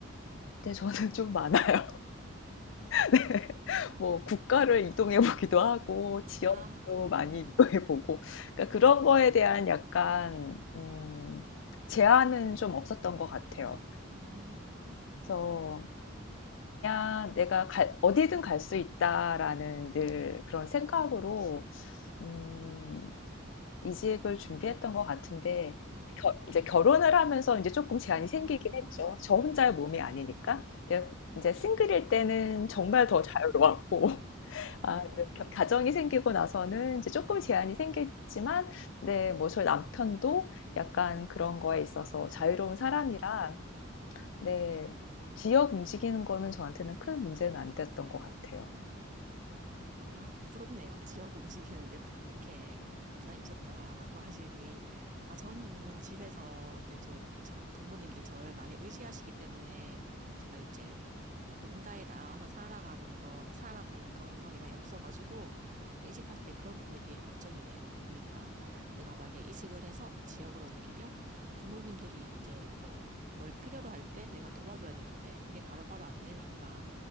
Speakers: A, on the left; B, on the right.
A: 근데 저는 좀 많아요. <laughs> 뭐 국가를 이동해 보기도 하고 지역도
B: 아,
A: 많이
B: 네.
A: 이동해 보고 그러니까 그런 거에 대한 약간 음, 제한은 좀 없었던 것 같아요.
B: 음,
A: 그래서 그냥 내가 갈- 어디든 갈 수 있다라는 늘 그런 생각으로 음, 이직을 준비했던 것 같은데
B: 어,
A: 겨- 이제 결혼을 하면서 이제 조금 제한이 생기긴
B: 아,
A: 했죠. 저 혼자의 몸이 아니니까. 이제, 이제 싱글일 때는 정말 더
B: 네네.
A: 자유로웠고 아
B: 네네.
A: 이제 겨 가정이 생기고 나서는 이제 조금 제한이 생겼지만 네 뭐 저희 남편도 약간 그런 거에 있어서 자유로운 사람이라 네 지역 움직이는 거는 저한테는 큰 문제는 안 됐던 것 같아요.
B: 어, 아, 부럽네요. 지역 움직이는데 <laughs> 이렇게 부담이 없었다라고 하시니. 아, 저는 집에서 이제 좀 저- 부모님들 저를 많이 의지하시기 때문에 제가 이제 뭔가에 나와서 살아가는 걸, 살아본 경험이 많이 없어가지고, 아, 이직할 때 그런 부분이 되게 걱정이 돼요. 그러니까 내가 만약에 이직을 해서 지역으로 옮기면 부모님들이 이제 뭐, 뭘 필요로 할 때 내가 도와줘야 되는데, 그게 바로바로 안 되니까,